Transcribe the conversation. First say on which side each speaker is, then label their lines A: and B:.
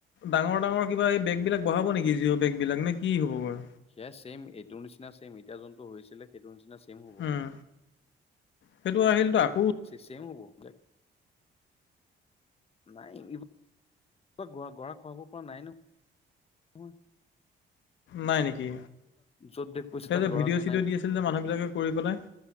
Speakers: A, on the left; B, on the left.
A: ডাঙৰ ডাঙৰ কিবা এই বেগবিলাক বঢ়াব নেকি জিঅ' বেগ বিলাক, নে কি হ'ব বাৰু?
B: সেয়া চেম এইটো নিচিনা ছেম এতিয়া যোনটো হৈছিলে সেইটো নিচিনা ছেম হ'ব।
A: উম, সেইটো আহিল তাক
B: ছে-ছেম হ'ব পাৰে। নাই এই ক'ত গৰা গৰা খহাব পৰা নাই ন। মই
A: নাই নেকি?
B: য'ত বেগ পৰিছে
A: তাৰপিছত
B: তাত গৰা
A: ভিডিঅ'
B: খোৱা
A: চিডিঅ' দি আছিল যে মানুহবিলাকে কৰি পেলাই?